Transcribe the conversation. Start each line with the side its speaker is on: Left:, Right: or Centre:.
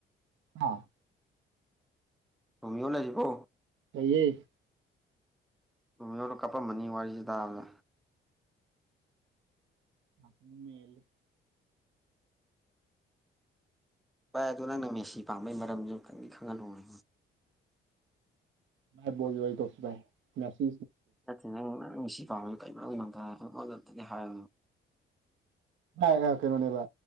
Right: ꯑ
Centre: ꯇꯃꯤ ꯑꯣ ꯂꯩꯁꯤꯀꯣ
Right: ꯑꯩꯌꯦꯌꯦ
Centre: ꯑꯗꯨ ꯌꯣꯗ ꯀꯥꯄꯝꯃꯅꯤ ꯋꯥꯔꯤꯁꯤꯦ ꯇꯥꯕꯗ
Right: ꯑ ꯃꯥꯅꯤ ꯃꯂ
Centre: ꯚꯥꯏ ꯑꯗꯨ ꯅꯪꯅ ꯃꯦꯁꯤ ꯄꯥꯝꯕꯩ ꯃꯔꯝꯗꯨ ꯈꯪꯗꯤ ꯈꯪꯍꯜꯂꯨꯅꯦ
Right: ꯃ ꯣꯕꯤ ꯋꯥꯔꯤ ꯋꯥꯔꯤ ꯇꯁꯤꯥꯏ ꯃꯁꯤ
Centre: ꯅ ꯅꯪꯪ ꯃꯤꯁꯤ ꯄꯥ ꯀꯩ ꯃꯔꯖ ꯍꯥꯏ
Right: ꯑ ꯀꯩꯅꯣꯅꯦꯕ